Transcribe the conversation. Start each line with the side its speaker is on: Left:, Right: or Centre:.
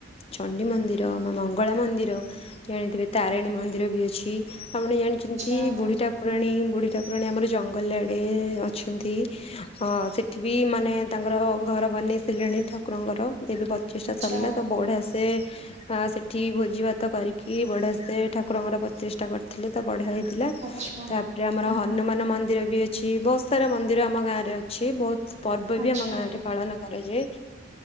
Left: ଚଣ୍ଡି ମନ୍ଦିର, ମା ମଙ୍ଗଳା ମନ୍ଦିର ଜାଣିଥିବେ ତାରିଣୀ ମନ୍ଦିର ବି ଅଛି ଆପଣ ଜାଣିଛନ୍ତି
Right: ଆଚ୍ଛା
Left: ବୁଢୀ ଠାକୁ କୁରାଣୀ ବୁଢୀ ଠାକୁରାଣୀ ଆମର ଜଙ୍ଗଲ ଆଡେ ଅଛନ୍ତି ଅ ସେଠି ବି ମାନେ ତାଙ୍କର ଘର ବନେଇ ସାରିଲେଣି ଠାକୁରଙ୍କର ଏବେ ପଚିଷ୍ଟା
Right: ଆଚ୍ଛା
Left: ସରିଲା ତ ବଢିଆସେ ସେ ଆ ସେଠି ଭୋଜି ଭାତ କରିକି ବଢିଆସେ ଠାକୁରଙ୍କର ପତିଷ୍ଠା କରି ଥିଲେ ତ ବଢିଆ ହେଇଥିଲା
Right: ଆଚ୍ଛା
Left: ତାପରେ ଆମର
Right: ହୁଁ
Left: ହନୁମାନ
Right: ହୁଁ
Left: ମନ୍ଦିର ବି ଅଛ ଛି ବହୁତ ସାରା ମନ୍ଦିର ଆମ ଗାଁ ରେ ଅଛି ବହୁତ ପର୍ବ
Right: ଆଚ୍ଛା।
Left: ବି ଆମ ଗାଁ ରେ ପାଳନ କରାଯାଏ।